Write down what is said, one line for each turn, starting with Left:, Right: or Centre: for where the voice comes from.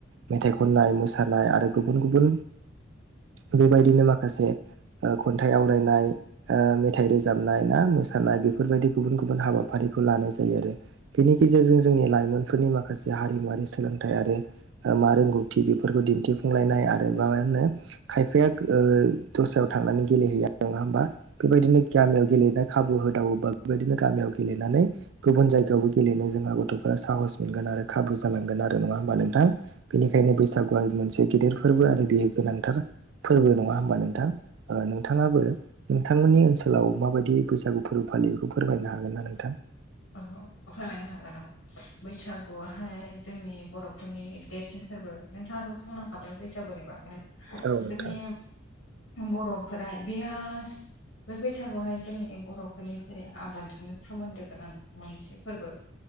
Right: मेथाइ खननाय मोसानाय आ गुबुन गुबुन बे बायदिनो माखासे ओ खन्थाइ आवरायनाय ओ मेथाइ रोजाबनाय ना मोसानाय बेफोरबायदि गुबुन गुबुन हाबाफारिखौ लानाय जायो आरो। बेनि गेजेरजों जोंनि लाइमोन फोरनि माखासे हारिमुवारि सोलोंथाइ आरो ओ मा रोंगौथि बेफोरखौ दिन्थि फुंलायनाय आरो माबा होनो खायफाया ओ दस्रायाव थांनानै गेलेहैया। नङा होमबा? बेबायदिनो गामियाव गेलेनाय खाबु होदावोबा बेबायदिनो गामियाव गेलेनानै गुबुन जायगायावबो गेलेनो जोंहा गथ'फोरा साहस मोनगोन आरो खाबु जालांगोन आरो। नङा होमबा नोंथां? बेनिखायनो बैसागुआ मोनसे गेदेर फोरबो आरो बेयो गोनांथार फोरबो। नङा होमबा नोंथां? ओ नोंथाङाबो नोंथांमोननि ओनसोलाव माबायदि बैसागु फोरबो फालियो बेखौ फोरमायनो हागोन ना नोंथां?
Left: अह' फोरमायनो हागोन औ बैसागुवाहाय जोंनि बर' फोरनि देरसिन फोरबो नोंथाङाथ' बुंलांखाबाय बैसागुनि बागैहाय
Right: औ नोंथां
Left: जोंनि बर'फोरा बेया बै बैसागुआवहाय जोंनि बर'फोरनि जेरै- आबादजों सोमोन्दो गोनां मोनसे फोरबो